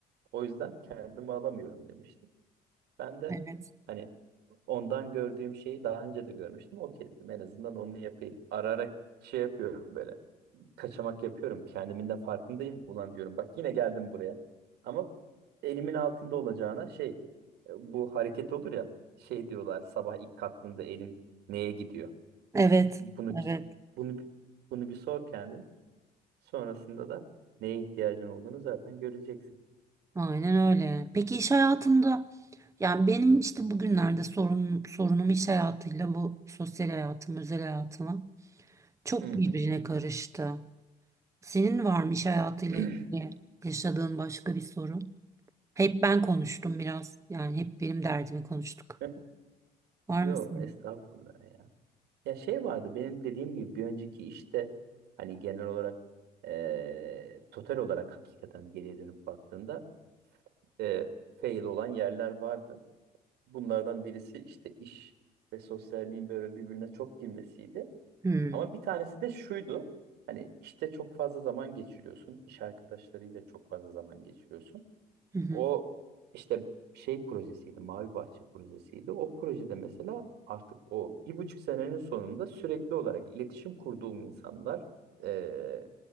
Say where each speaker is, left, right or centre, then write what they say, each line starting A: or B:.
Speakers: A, on the right; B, on the right.
A: O yüzden kendimi alamıyorum demişti. Ben de
B: Evet.
A: hani ondan gördüğüm şeyi daha önce de görmüştüm. Okey dedim en azından onu yapayım. Ararak şey yapıyorum böyle kaçamak yapıyorum. Kendimin de farkındayım. Ulan diyorum bak yine geldim buraya. Ama elimin altında olacağına şey e, bu hareket olur ya şey diyorlar sabah ilk kalktığında elin neye gidiyor?
B: Evet.
A: Bunu
B: Evet.
A: bir bunu bir- bunu bir sor kendin. Sonrasında da neye ihtiyacın olduğunu zaten göreceksin.
B: Aynen öyle. Peki iş hayatında yani benim işte bugünlerde sorun, sorunum iş hayatıyla bu sosyal hayatım, özel hayatım çok
A: Hı
B: birbirine karıştı. Senin var mı iş hayatıyla
A: hı.
B: ilgili yaşadığın başka bir sorun? Hep ben konuştum biraz. Yani hep benim derdimi konuştuk.
A: <clears throat>
B: Var
A: Yo
B: mı senin?
A: estağfurullah ya. Ya şey vardı benim dediğim gibi bir önceki işte hani genel olarak eee, total olarak hakikaten geriye dönüp baktığında e, fail olan yerler vardı. Bunlardan birisi işte iş ve sosyalliğin böyle birbirine çok girmesiydi.
B: Hmm.
A: Ama bir tanesi de şuydu. Hani işte çok fazla zaman geçiriyorsun. iş arkadaşlarıyla çok fazla zaman geçiriyorsun.
B: Hı hı.
A: O işte şey projesiydi, Mavi Bahçe projesiydi. O projede mesela artık o bir buçuk senenin sonunda sürekli olarak iletişim kurduğum insanlar e,